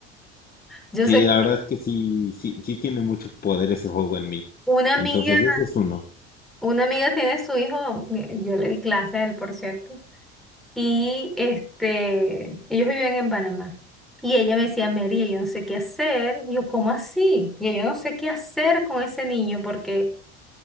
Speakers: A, in the centre; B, on the left (about 30°).
A: Yo
B: Sí,
A: sé
B: la verdad
A: que
B: es que sí, sí, sí tiene mucho poder ese juego en mí.
A: una amiga,
B: Entonces, ese es uno.
A: una amiga tiene su hijo, eh, yo le di clase a él, por cierto. y este, ellos viven en Panamá. Y ella me decía, María, yo no sé qué hacer. Y yo, ¿cómo así? Y yo no sé qué hacer con ese niño porque